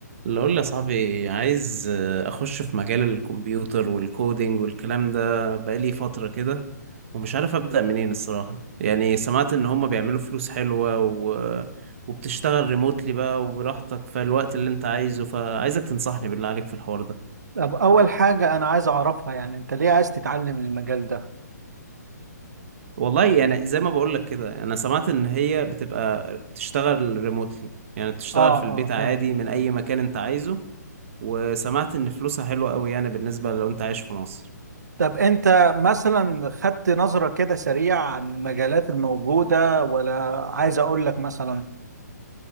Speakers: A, on the right; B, on the right.
A: اللي اقول يا صاحبي عايز آه، اخش في مجال الكمبيوتر والكودينج والكلام ده بقالي فترة كده ومش عارف ابدأ منين الصراحة يعني سمعت ان هما بيعملوا فلوس حلوة و... وبتشتغل ريموتلي بقى وبراحتك في الوقت اللي انت عايزه فعايزك تنصحني بالله عليك في الحوار ده
B: طب أول حاجة أنا عايز أعرفها يعني أنت ليه عايز تتعلم المجال ده؟
A: والله يعني زي ما بقولك كده انا سمعت ان هي بتبقى بتشتغل ريموتلي يعني بتشتغل
B: آه
A: في
B: آه
A: البيت
B: فهمت
A: عادي من اي مكان انت عايزه وسمعت ان فلوسها حلوة قوي يعني بالنسبة لو انت عايش في مصر
B: طب أنت مثلا خدت نظرة كده سريعة عن المجالات الموجودة ولا عايز أقول لك مثلا؟